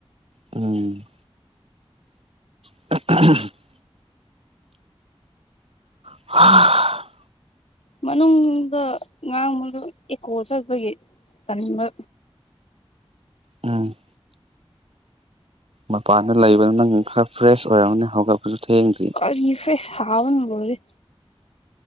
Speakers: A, on the right; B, on the left.
A: ꯎꯝ <inaudible> ꯍꯥ
B: ꯃꯅꯨꯡꯗ ꯉꯥꯡꯕꯗ‌ꯣ ꯑꯦꯀꯣ ꯆꯠꯄꯒꯤ ꯇꯟꯕ
A: ꯎꯝ ꯃꯄꯥꯟꯗ ꯂꯩꯕꯅ ꯅꯪ ꯈꯔ ꯐ꯭ꯔꯦꯁ ꯑꯣꯏꯔꯝꯒꯅꯤ ꯍꯧꯒꯠꯄꯖꯨ ꯊꯦꯡꯗ꯭ꯔꯤ
B: ꯀꯔꯤꯒꯤ ꯐ꯭ꯔ‌ꯦꯁ ꯁꯥꯕꯅ ꯂ‌ꯦꯏꯔ‌ꯦ